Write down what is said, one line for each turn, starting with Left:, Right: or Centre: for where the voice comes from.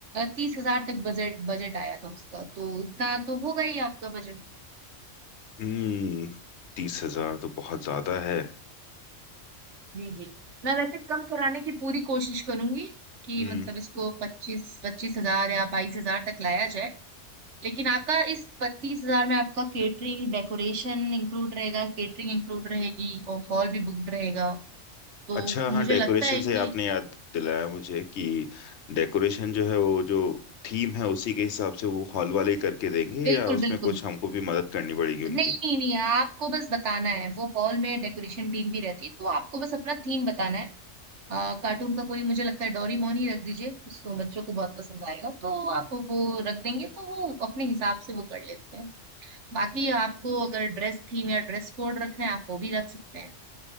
Right: तीस हजार तक बजट बजट आया था उसका तो इतना तो होगा ही आपका बजट
Left: हम्म तीस हजार तो बहुत ज्यादा है
Right: जी जी मैं वैसे कम कराने की पूरी कोशिश करूंगी कि
Left: हम्म,
Right: मतलब इसको पच्चीस पच्चीस हजार या बाईस हजार तक लाया जाए लेकिन आपका इस तीस हजार में आपका केटरिंग डेकोरेशन इंक्लूड रहेगा केटरिंग इंक्लूड रहेगी और हॉल भी बुक रहेगा तो
Left: अच्छा हाँ
Right: मुझे
Left: डेकोरेशन
Right: लगता है
Left: से
Right: कि
Left: आपने याद दिलाया मुझे कि डेकोरेशन जो है वो जो थीम है उसी के हिसाब से वो हॉल वाले करके देंगे
Right: बिल्कुल
Left: या उसमें
Right: बिल्कुल
Left: कुछ हमको भी मदद करनी पड़ेगी उनकी
Right: नहीं नहीं नहीं आपको बस बताना है वो हॉल में डेकोरेशन टीम भी रहती है तो आपको बस अपना थीम बताना है आ, कार्टून का कोई मुझे लगता है डोरीमोन ही रख दीजिए उसको बच्चों को बहुत पसंद आएगा तो आप वो रख देंगे तो वो अपने हिसाब से वो कर लेते हैं बाकी आपको अगर ड्रेस थीम या ड्रेस कोड रखना है आप वो भी रख सकते हैं